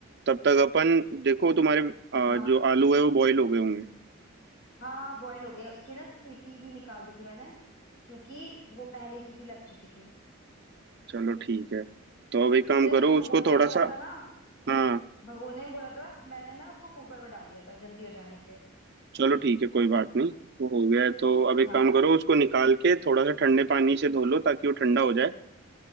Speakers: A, on the right (about 50°); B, on the left (about 60°).
A: तब तक अपन देखो तुम्हारे आ,
B: हाँ
A: जो आलू है वो बॉईल हो गए होंगे
B: हाँ हाँ बॉयल हो गया उसकी ना सीटी भी निकाल दी थी मैंने क्योंकि वो पहली सीटी लग चुकी थी
A: चलो ठीक है तो अब एक
B: तुमने
A: काम करो
B: तो भगोने
A: उसको थोड़ा
B: में बोला
A: सा
B: था ना
A: हाँ
B: भगोने में बोला था ना मैंने ना उसको कुकर में डाल दिया था जल्दी हो जाने के लिए
A: चलो ठीक है कोई बात नहीं वो हो गया है तो अब एक
B: हाँ
A: काम करो उसको निकाल के थोड़ा सा ठंडे पानी से धो लो ताकि वो ठंडा हो जाए